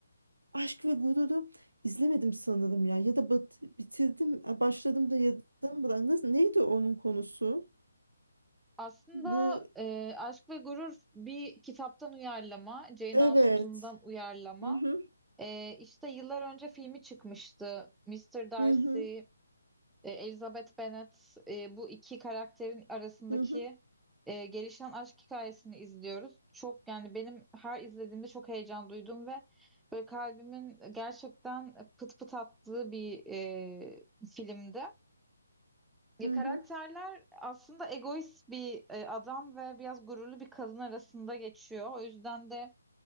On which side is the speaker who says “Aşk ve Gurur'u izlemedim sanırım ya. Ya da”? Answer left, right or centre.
Right